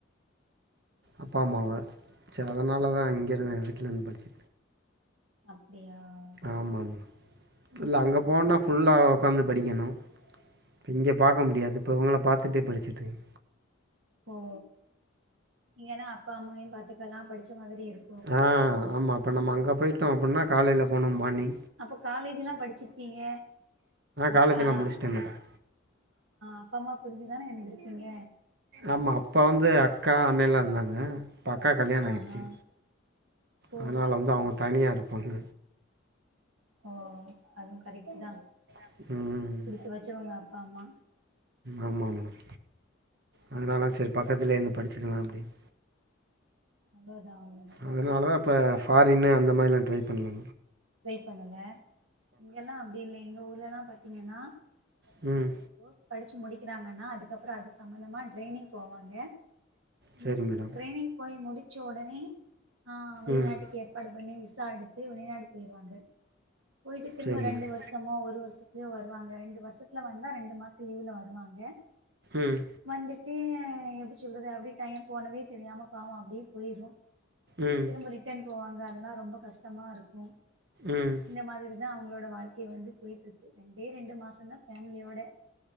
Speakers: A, on the right; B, on the right.
A: அப்பா அம்மாவ சே அதனாலதா இங்கிருந்தே வீட்லந்து படிச்சு
B: அப்டியா ஓகே
A: ஆமா மேம் இல்ல அங்க
B: அப்போ
A: போனா ஃபுல்லா உக்காந்து படிக்கணு இப்ப இங்க பாக்க
B: ம்
A: முடியாது இப்ப இவுங்கள பாத்துட்டே படிச்சிட்டுருக்க
B: ஓ இங்கனா அப்பா அம்மாவையும் பாத்துக்கலா படிச்ச மாதிரி இரு
A: ஆ ஆமா இப்ப நம்ம அங்க போயிட்டோ அப்டினா காலைல போனோம்பாண்ணி
B: அப்போ காலேஜ்ல்லா படிச்சிருப்பீங்க அப்ப
A: காலேஜெலாம்
B: ஆ
A: முடிச்சிட்டேன் மேடம்
B: அப்பா அம்மா பிரிஞ்சுதானே இருந்திருப்பீங்க
A: ஆமா அப்ப வந்து அக்கா அண்ணயல்லா இருந்தாங்க இப்போ அக்காக்கு கல்யாணோ
B: ஆஹா
A: ஆயிருச்சு
B: ஓ
A: அதனால வந்து அவுங்க தனியா இருப்பாங்க
B: ஓ அதுவும் கரெக்ட்டுதா
A: ம்
B: குடுத்து வெச்சவங்க அப்பா அம்மா
A: ஆமா மேடம் அதனாலதா சரி பக்கத்தில இருந்தே படிச்சக்கலா அப்டின்
B: அவ்ளோதா அவங்
A: அதனாலதா இப்போ ஃபாரின்னு அந்த மாரில்லா ட்ரை பண்ணல
B: ட்ரை பண்ணல இங்கெல்லா அப்டி இல்ல எங்க ஊர்ல எல்லா பாத்தீங்கன்னா இப்ப
A: ம்
B: ஒரு கோர்ஸ் படிச்சு முடிக்கறாங்கன்னா அதுக்கப்றோ அது சம்பந்தமா ட்ரெய்னிங் போவாங்க
A: சரி
B: ம்
A: மேடம்
B: ட்ரெய்னிங் போய் முடிச்ச உடனே ஆ வெளிநாட்டுக்கு
A: ம்
B: ஏற்பாடு பண்ணி விசா எடுத்து வெளிநாடு போயிருவாங்க போயிட்டு திரும்ப
A: சரி
B: ரெண்டு
A: மேடம்
B: வரு மொத்தமா ஒரு வருஷத்துல வருவாங்க ரெண்டு வருஷத்துல வந்தா ரெண்டு மாசோ லீவ்ல வருவாங்க
A: ம்
B: வந்துட்டு எப்டி சொல்றது அப்டியே டைம் போனதே தெரியாம பாவம் அப்டி போயிரு
A: ம்
B: திரும்ப ரிட்டன் போவாங்க அதெல்லா ரொம்ப கஷ்டமா இருக்கு
A: ம்
B: இந்த மாரிதா அவுங்களோட வாழ்க்கை வந்து போயிட்டு இருக்கு ரெண்டே ரெண்டு மாசந்தா ஃபேமிலியோட